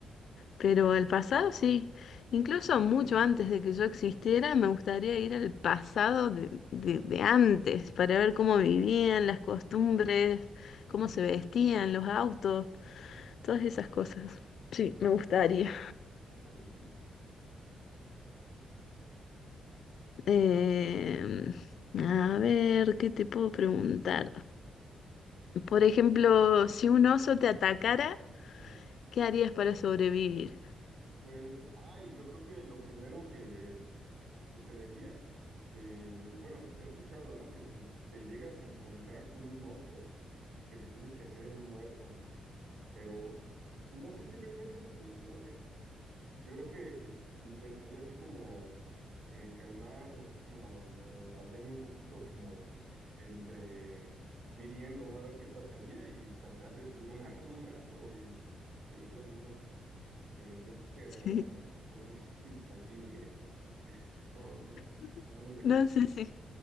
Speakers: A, on the left (about 60°); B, on the right (about 50°).
A: Pero al pasado sí, incluso mucho antes de que yo existiera, me gustaría ir al pasado de, de- de antes para ver cómo vivían, las costumbres, cómo se vestían, los autos, todas esas cosas. Sí, me gustaría.
B: mejorísimo.
A: Em, a ver, ¿qué te puedo preguntar? Por ejemplo, si un oso te atacara,
B: Ajá.
A: ¿qué harías para sobrevivir?
B: Pues, ay, yo creo que lo primero que sucedería, eh, bueno, he escuchado, ¿no? Que si te llegas a encontrar con un oso, que te tienes que hacer el muerto, pero no sé si realmente eso funcione. Yo creo que intentaría así como eh, calmar, así como eh, hacerme un poquito como entre midiendo, ¿no? A ver qué pasaría y tratar de subir un <laughs> árbol un rato y pedir ayuda, porque yo creo que agarrar
A: Sí.
B: a golpes con uno es imposible, <laughs> no, no,
A: <laughs>
B: a menos de
A: No
B: que...
A: sé si